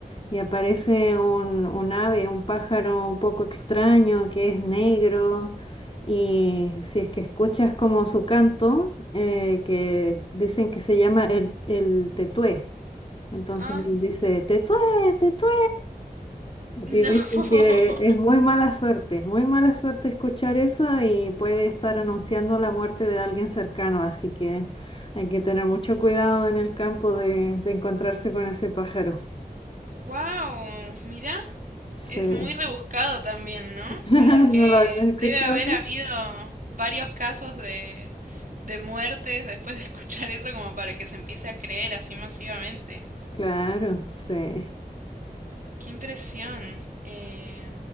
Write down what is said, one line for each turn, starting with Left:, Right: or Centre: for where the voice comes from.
Left: y aparece un, un ave, un pájaro un poco extraño que es negro y si es que escuchas como su canto, eh, que dicen que se llama el, el tetué. Entonces
Right: Ah,
Left: él dice, tetué, tetué.
Right: no.
Left: Y dicen que
Right: <laughs>
Left: es muy mala suerte, es muy mala suerte escuchar eso y puede estar anunciando la muerte de alguien cercano, así que hay que tener mucho cuidado en el campo de, de encontrarse con ese pájaro.
Right: Wow, mira,
Left: Sí.
Right: es muy rebuscado también, ¿no?
Left: <laughs> ¿No
Right: Como que
Left: lo habías escuchado?
Right: debe haber habido varios casos de, de muertes después de escuchar eso como para que se empiece a creer así masivamente.
Left: Claro, sí.
Right: Qué impresión. Eh,